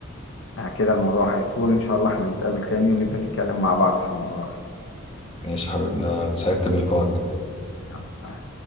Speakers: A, on the left (about 65°); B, on the left (about 30°).
A: آه، كده الموضوع هيطول إن شاء الله إحنا نتقابل تاني ونبقى نتكلم مع بعض في الموضوع ده
B: ماشي يا حبيبنا اتسعدت بلقائك جدا
A: يلا، آه.